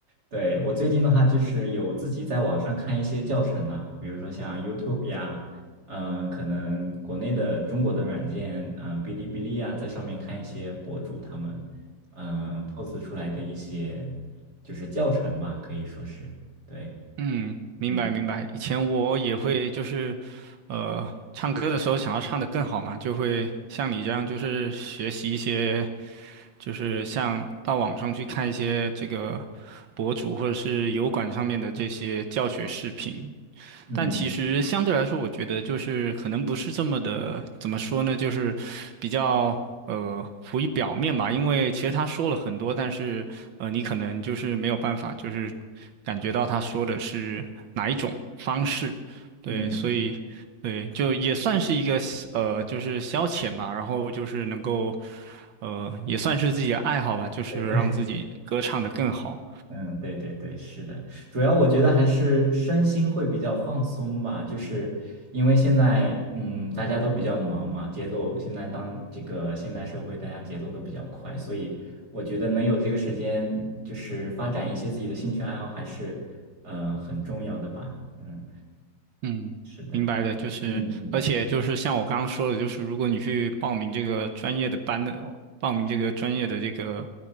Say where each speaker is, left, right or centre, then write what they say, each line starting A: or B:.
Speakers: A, on the right; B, on the right.
A: 对，我最近的话，就是有自己在网上看一些教程啦，比如说像 YouTube 呀，嗯、可能国内的中国的软件，嗯、哔哩哔哩呀，在上面看一些博主他们，嗯、pose 出来的一些就是教程吧，可以说是，对，
B: 嗯，明白明白。
A: 嗯
B: 以前我也会就是，呃，唱歌的时候想要唱得更好嘛，就会像你这样，就是学习一些，就是像到网上去看一些这个博主或者是油管上面的这些教学视频。
A: 嗯
B: 但其实相对来说，我觉得就是可能不是这么的，怎么说呢，就是比较呃浮于表面吧。因为其实他说了很多，但是呃你可能就是没有办法，就是感觉到他说的是哪一种方式。对，
A: 嗯，
B: 所以对，就也算是一个呃，就是消遣吧。然后就是能够呃，也算是自己的爱好吧，就是让自己歌唱的更好。
A: 对对。嗯，对对对，是的，主要我觉得还是身心会比较放松吧，就是因为现在嗯大家都比较忙嘛，节奏现在当这个现代社会大家节奏都比较快，所以我觉得能有这个时间，就是发展一些自己的兴趣爱好还是呃很重要的吧。嗯，
B: 嗯，
A: 是的。
B: 明白的，就是，
A: 嗯嗯。
B: 而且就是像我刚刚说的，就是如果你去报名这个专业的班的，报名这个专业的这个